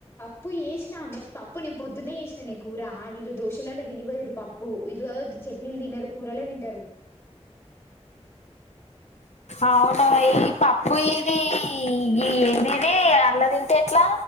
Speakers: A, on the left; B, on the left.
A: పప్పు చేేసినా మరి పప్పు నేను పొద్దున్న చేసినా నే కూర వీళ్ళు దోశలలో తినిపోయిరు పప్పు వీళ్ళు గద చట్నీలు తిినరు కూరలే తింటారు
B: అవును ఈ పప్పు ఇది ఇ ఏంది ఇది అట్ల తింటే ఎట్లా